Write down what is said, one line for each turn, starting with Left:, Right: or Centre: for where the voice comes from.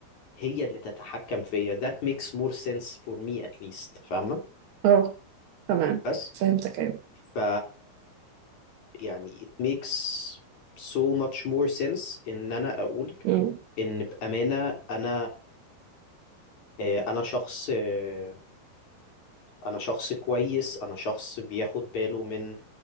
Left: هي اللي تتحكم فيا that makes more sense for me at least فاهمه
Right: اه تمام
Left: بس
Right: فهمتك ايوه
Left: ف يعني it makes so much more sense ان انا اقول
Right: مم.
Left: ان بامانه انا آه، انا شخص آه، انا شخص كويس انا شخص بياخد باله من